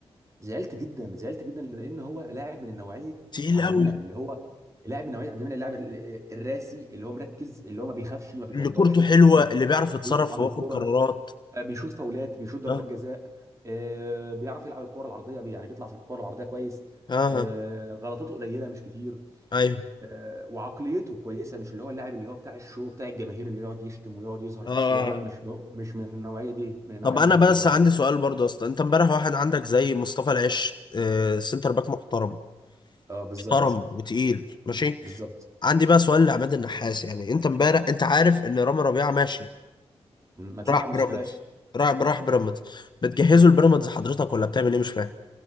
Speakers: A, on the right (about 30°); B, on the left (about 45°).
A: زعلت جدا زعلت جدا لان هو لاعب من نوعيه
B: تقيل
A: عبد
B: قوي
A: المنعم اللي هو لاعب من نوعيه عبد المنعم اللاعب ال- آه، الراسي اللي هو مركز اللي هو ما بيخافش ما بيتوترش
B: اللي كورته حلوه
A: بي-
B: اللي بيعرف يتصرف
A: بيطلع بالكوره
B: وياخد قرارات
A: آه، بيشوط فاولات بيشوط ضربات
B: اه
A: جزاء آه، بيعرف يلعب الكوره العرضيه بي- يعني بيطلع في الكوره العرضيه كويس
B: اه
A: آه، غلطاته قليله مش كتير
B: ايوه
A: آه، وعقليته كويسه مش اللي هو اللاعب اللي هو بتاع الشو بتاع الجماهير اللي يقعد يشتم ويقعد يظهر
B: اه
A: في الصوره لا مش مش من النوعيه دي من النوعيه
B: طب
A: المركزه
B: انا بس
A: دايما
B: عندي سؤال برضه اصلا انت امبارح واحد عندك زي مصطفى العش آه، سنتر باك محترم
A: اه بالظبط
B: محترم وتقيل
A: بز-
B: ماشي
A: بالظبط
B: عندي بقى سؤال لعماد النحاس يعني انت امبارح انت عارف ان رامي ربيعه ماشي
A: ما تلعب
B: راح
A: مصطفى
B: بيراميدز
A: العش
B: راح راح بيراميدز بتجهزه
A: مم.
B: لبيراميدز حضرتك ولا بتعمل ايه مش فاهم